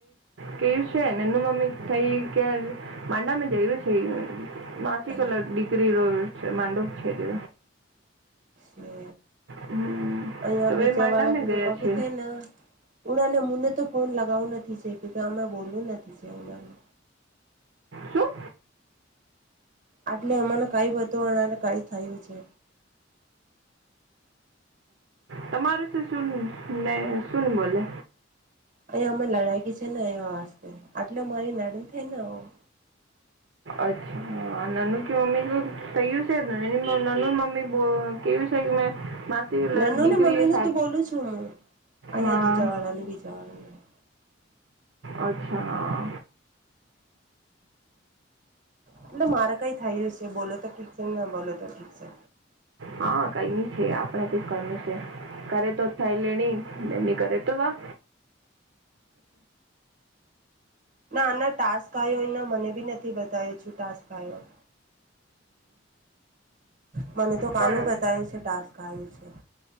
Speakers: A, on the right; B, on the right.
A: કેયું છે નનુ મમ્મી થઈ કે મંદમાં જૈવ છે. માસિકલ
B: ઠીક
A: ડિગ્રી છે માંડક છે જે
B: છે
A: હમ,
B: અહીં
A: તો
B: બીજા
A: એ માંડામાં
B: વાળા પૂજા
A: ગયા
B: ક ભી
A: છે
B: થાયને ઉનાને મને તો ફોન લગાવવો નથી છે કે કે આમે બોલવું નથી છે ઉનાને
A: શું
B: આટલે અમને કઈ બધું કઈ થયું છે.
A: તમારું શું શું ને શું ને બોલે?
B: અહીં અમે લડાકી છે ને એવા વસ્તે આટલે મારી નડન થઈ ને આવ
A: અચ્છા નાનું કે મમ્મી કયું છે નાનું મમ્મી કેવું <unintelligible> લ-
B: નાનું
A: દીકરી
B: ને મમ્મી નું
A: શાદ
B: તો બોલું છું હું અહીંયા
A: હા
B: દુજાવાળા ને બીજા વાળાને
A: અચ્છા.
B: એટલે મારે કઈ થાયયું છે બોલો તો ઠીક છે ને ના બોલો તો ઠીક છે.
A: હા કઈ ન છે આપણેે કઈ કરનું છે કરે તો ખાઈ લેણીની કરે તો વા
B: ના ના ટાસ્ક આવ્યો મને બી નથી બતાવેું છું ટાસ્ક આવ્યો. મને તો કાનું
A: કોણ
B: બતાવ્યું છે ટાસ્કાય છે.